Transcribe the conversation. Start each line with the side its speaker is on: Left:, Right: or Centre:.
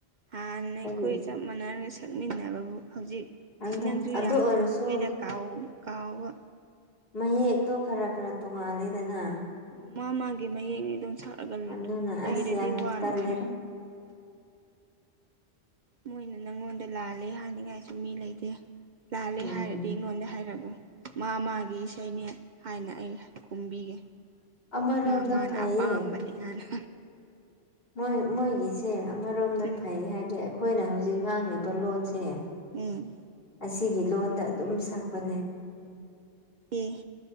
Right: ꯍꯥꯟꯅꯩ
Left: ꯀꯔꯤ
Right: ꯀꯣꯏ ꯆ ꯃꯥꯟꯅꯔꯒ ꯁꯛꯃꯤꯟꯅꯕꯕꯨ ꯍꯧꯖꯤꯛ
Left: ꯈꯪꯗꯦ
Right: ꯁꯤ ꯅꯪꯁꯨ
Left: ꯑꯗꯨ
Right: ꯌꯥꯝ
Left: ꯑꯣꯏꯔꯁꯨ
Right: ꯊꯨꯡꯗ ꯀꯥꯎꯕ ꯀꯥꯎꯕ
Left: ꯃꯌꯦꯛꯇꯣ ꯈꯔ ꯈꯔ ꯇꯣꯡꯉꯥꯂꯦꯗꯅ
Right: ꯑꯣ ꯃꯥ ꯃꯥꯒꯤ ꯃꯌꯦꯛꯅꯤ ꯑꯗꯨꯝ ꯁꯥꯛꯂꯒ
Left: ꯑꯗꯨꯅ
Right: ꯂꯩꯔꯗꯤ
Left: ꯑꯁ ꯌꯥꯝ
Right: ꯋꯥꯂꯣꯏꯔꯦ
Left: ꯇꯜꯂꯦꯗ
Right: ꯃꯣꯏꯅ ꯅꯪꯉꯣꯟꯗ ꯂꯥꯜꯂꯦ ꯍꯥꯏꯅꯤꯡꯉꯥꯏꯁꯨ ꯃꯤ ꯂꯩꯇꯦ ꯂꯥꯜꯂꯦ
Left: ꯎꯝ
Right: ꯍꯥꯏꯔꯗꯤ ꯑꯩꯉꯣꯟꯗ ꯍꯥꯏꯔꯒꯣ ꯃꯥ ꯃꯥꯒꯤ ꯏꯁꯩꯅꯦ ꯍꯥꯏꯅ ꯑꯩ ꯀꯨꯝꯕꯤꯒꯦ
Left: ꯑꯃꯔꯣꯝꯗ
Right: ꯃꯥ ꯃꯥꯅꯦ
Left: ꯐꯩꯌꯦ
Right: ꯑꯄꯥꯝꯕꯅꯦꯌꯥꯅ
Left: ꯃꯣꯏ ꯃꯣꯏꯒꯤꯁꯦ ꯑꯃꯔꯣꯝꯗ
Right: ꯎꯝ
Left: ꯐꯩ ꯍꯥꯏꯕꯗꯤ ꯑꯩꯈꯣꯏꯅ ꯍꯧꯖꯤꯛ ꯉꯥꯡꯂꯤꯕ ꯂꯣꯟꯁꯦ
Right: ꯎꯝ
Left: ꯑꯁꯤꯒꯤ ꯂꯣꯟꯗ ꯑꯗꯨꯝ ꯁꯛꯄꯅꯦ
Right: ꯑꯦ